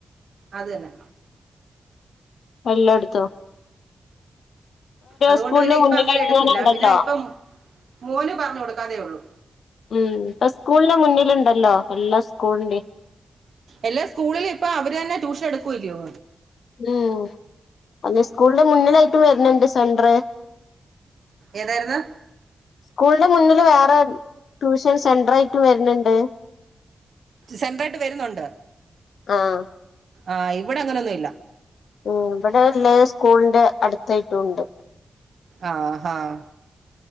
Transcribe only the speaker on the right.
അതന്നെ
അതുകൊണ്ട്
പിന്നെ ഇപ്പ
അങ്ങനെ എടുക്കില്ല
പിന്നെ ഇപ്പൊ മോന് പറഞ്ഞു കൊടുക്കാതെ ഉള്ളൂ
എല്ലാ സ്കൂളിലും ഇപ്പൊ അവര് തന്നെ ട്യൂഷൻ എടുക്കുവല്ലയോ
ഏതായിരുന്ന്
സെൻറായിട്ട് വരുന്നുണ്ട്
ആഹ് ഇവിടെ അങ്ങനൊന്നും ഇല്ല
ആഹ് ആഹ്